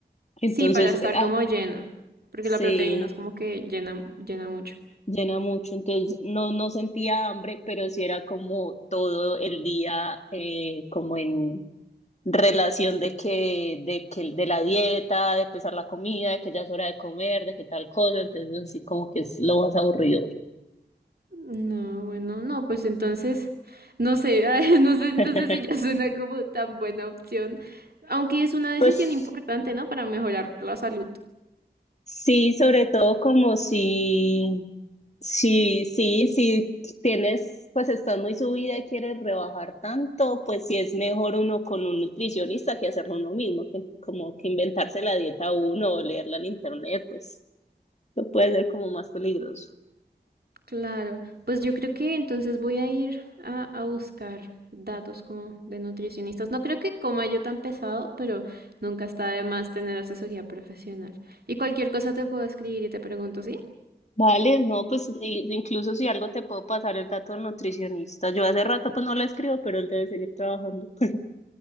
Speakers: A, on the left (about 40°); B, on the right (about 65°).
A: entonces,
B: Sí, para estar
A: eh, ah,
B: como llena, porque
A: sí.
B: la proteína es como que llena, llena mucho.
A: llena mucho, entonces no, no sentía hambre, pero sí era como todo el día eh, como en relación de que, de que, de la dieta, de empezar la comida, de que ya es hora de comer, de que tal cosa, entonces sí como que es lo más aburrido.
B: No, bueno, no, pues entonces, no sé, <laughs> ay, no sé, entonces
A: <laughs>
B: si ya suena como tan buena opción, aunque es una decisión
A: Pues
B: importante, ¿no? Para mejorar la salud.
A: Sí, sobre todo como si, si, sí, si tienes, pues estás muy subida y quieres rebajar tanto, pues sí es mejor uno con un nutricionista que hacerlo uno mismo, que como que inventarse la dieta uno o leerla en internet, pues lo puede ser como más peligroso.
B: Claro, pues yo creo que entonces voy a ir a, a buscar datos como de nutricionistas. No creo que coma yo tan pesado, pero nunca está de más tener asesoría profesional. Y cualquier cosa te puedo escribir y te pregunto, ¿sí?
A: Vale, no, pues i- incluso si algo te puedo pasar el dato del nutricionista. Yo hace rato pues no le escribo, pero él debe seguir trabajando. <laughs>